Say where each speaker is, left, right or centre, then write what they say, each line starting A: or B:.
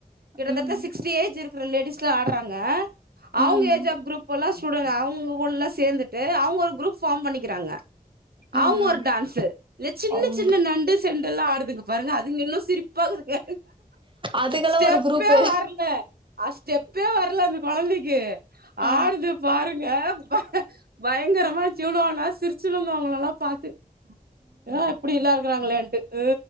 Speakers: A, on the right (about 75°); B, on the right (about 30°).
A: கிட்டத்தட்ட
B: ம்
A: சிக்ஸ்டி ஏஜ் இருக்கு சில லேடிஸ் எலாம் ஆட்றாங்க அவங்க
B: ம்
A: ஏஜ் ஆப் குரூப் எல்லாம் ஸ்டூடெண்ட் அவங்கஓடலாம் சேர்ந்துட்டு அவங்க ஒரு குரூப் ஃபார்ம் பண்ணிக்கிறாங்க
B: ம்
A: அவங்க
B: ம்
A: ஒரு டான்ஸ் இந்த சின்ன
B: அம்
A: சின்ன நண்டு சென் எல்லா ஆடுதுங்க பாருங்க அது அதுங்க இன்னோ சிரிப்பாகதுங்க
B: அதுக்கெல்லா
A: ஸ்டெப்பே
B: ஒரு குரூப்பு
A: வர்ல அ ஸ்டெப்பே வர்ல அந்த கொழந்தைக்கு
B: ஆ
A: ஆடுது பாருங்க பய பயங்கரமா ட்யூலோ நேரோ சிரிச்சினுந்தோ அவுங்களல்லா பாத்து ஏ எப்டிலா இருக்கறாங்களேன்ட்டுக்கு